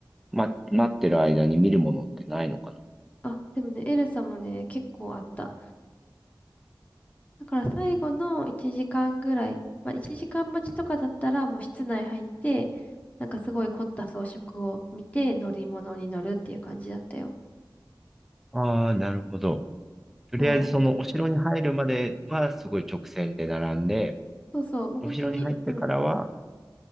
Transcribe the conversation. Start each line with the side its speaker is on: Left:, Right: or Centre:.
Centre: ま、待ってる間に見るものってないのか
Left: あ、でもね、エルサもね、結構あった。だから最後の1時間ぐらい、まあ1時間待ちとかだったらもう室内入って、なんかすごい凝った装飾を見て乗り物に乗るっていう感じだったよ。
Centre: なああ、なるほど。とりあえずそのお城に入るまではすごい直線で並んで、
Left: そう。そうそう。もう本当に、
Centre: お城に入ってからは、
Left: うん。